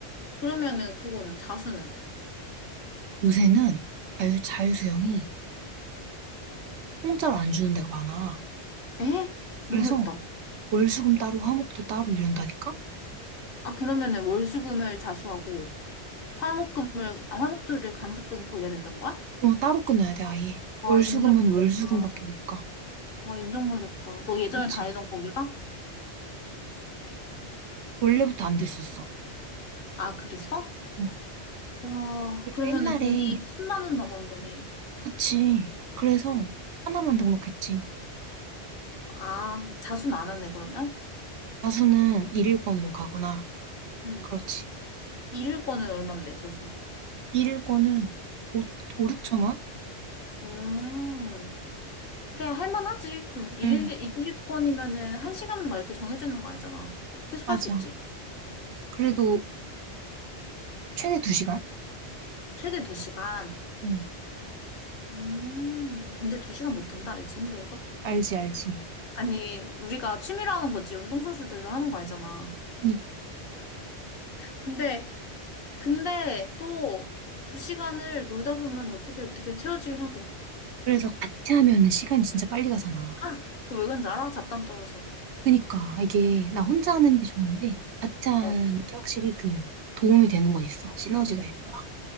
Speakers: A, on the left; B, on the right.
A: 그러면은 그거는 자수는?
B: 요새는 자유, 자유수영이 공짜로 안 주는 데가 많아.
A: 에? 너무했다.
B: 그래서 월수금 따로, 화목도 따로 이런다니까?
A: 아, 그러면은 월수금을 자수하고 화목금을, 아, 화목도를 강습 끊고 이래야 된다는 거야?
B: 어, 따로 끊어야 돼, 아예.
A: 와,
B: 월수금은
A: 인정머리다
B: 월수금밖에 못 가.
A: 와, 인정머리다너 예전에
B: 그치?
A: 다니던 거기가?
B: 원래부터 안 됐었어.
A: 아, 그랬어?
B: 어.
A: 와,
B: 그래서
A: 그러면은
B: 옛날에,
A: 돈이 10만 원 나가는 거네.
B: 그치. 그래서
A: 응.
B: 하나만 등록했지.
A: 아, 자수는 안 하네, 그러면?
B: 다수는 일일권으로 가거나,
A: 응.
B: 그렇지.
A: 잃을 거는 얼만데, 자수?
B: 일일권은 5, 오 6천 원?
A: 음, 그래, 할만하지. 그, 잃을,
B: 응,
A: 잃을 건이면은 한 시간 막 이렇게 정해지는 거 아니잖아. 계속
B: 맞아.
A: 할 수 있지.
B: 그래도
A: 음,
B: 최대 2시간?
A: 최대 두 시간.
B: 응,
A: 음, 근데 두 시간 못 한다, 알지? 힘들어서.
B: 알지, 알지.
A: 아니, 우리가 취미로 하는 거지. 운동선수들로 하는 거 아니잖아.
B: 그니,
A: 근데, 근데 또 두 시간을 놀다 보면 어떻게 어떻게 채워지긴 하더라.
B: 그래서 같이 하면은 시간이 진짜 빨리 가잖아.
A: 아, 그 왜 그런지 알아? 잡담 떨어져.
B: 그니까, 이게 나 혼자 하는 게 좋은데, 같이 하는
A: 어,
B: 게 확실히 그 도움이 되는 건 있어. 시너지가 있어